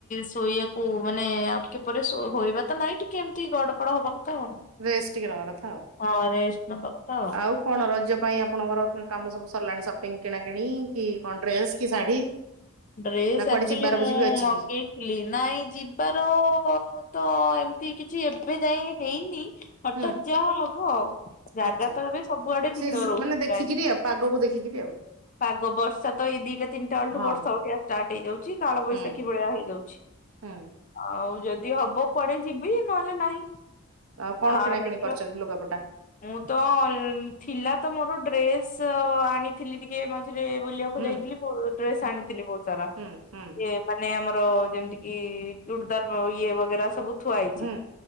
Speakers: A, on the left; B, on the right.
A: ଶୋଇବାକୁ ମାନେ ଆଉ ଟିକେ ପରେ ଶୋ ହୋଇବା ତ ନାଇଁ ଟି ଏମିତି ଗଡପଡ ହବା କଥା ଆଉ।
B: ରେଷ୍ଟ ଟିକେ ନବା କଥା ଆଉ,
A: ହଁ ରେଷ୍ଟ ନବା କଥା
B: ଆଉ କଣ ରଜ ପାଇଁ ଆପଣଙ୍କର କାମ ସବୁ ସରିଲାଣି ସପିଙ୍ଗ କିଣାକିଣି, କି କଣ ଡ୍ରେସ କି ଶାଢୀ?
A: ଡ୍ରେସ
B: ନା କୁଆଡେ
A: ଆକଚୁଆଲି
B: ଯିବାର
A: ମୁଁ
B: ଯିବି ଅଛି
A: ମଗେଇ
B: କି
A: ନାଇ ଯିବାର ତ ଏମିତି କିଛି ଏବେ ଯାଏ ହେଇନି ହଠାତ୍
B: ହୁଁ
A: ଯାହା ହବ ଆଉ, ଜାଗା
B: ଆଚ୍ଛା
A: ତ ଏବେ ସବୁଆଡେ
B: ସେ
A: ଭିଡ ରହୁଚି
B: ମାନେ ଦେଖିକିରି
A: ପ୍ରାୟ।
B: ପାଗକୁ ଦେଖିକିରି ଆଉ
A: ପାଗ, ବର୍ଷା ତ ଏଇ ଦିଟା ତିିନିଟାଳୋଠୁ
B: ହଁ
A: ବର୍ଷା ଉ ଷ୍ଟାର୍ଟ ହେଇଯାଉଚି, କାଳ ବୈଶାଖୀ
B: ହୁଁ
A: ଭଳିଆ ହେଇଯାଉଛି।
B: ହୁଁ
A: ଆଉ ଯଦି ହବ କୁଆଡେ ଯିବି, ନହେଲେ ନାହିଁ।
B: ଆଉ କଣ
A: ଆ
B: କିଣାକିଣି
A: ଦେଖିବା
B: କରିଛନ୍ତି ଲୁଗାପଟା?
A: ମୁଁ ତ ଅଲ ଥିଲା ତ ମୋର ଡ୍ରେସ ଆଉ ଆଣିଥିଲି ଟିକେ ମ ଝିରେ ବୁଲିବାକୁ
B: ହୁଁ
A: ଯାଇଥିଲି, ମୁ ଡ୍ରେସ
B: ହୁଁ
A: ଆଣିଥିଲି ବହୁତ। ସାରା
B: ହୁଁ ହୁଁ।
A: ଇଏ ମାନେ ଆମର ଯେମିତି କି ଚୁଡ଼ିଦାର ଇଏ ବଗେରା ସବୁ ଥୁଆ ହେଇଚି,
B: ହୁଁ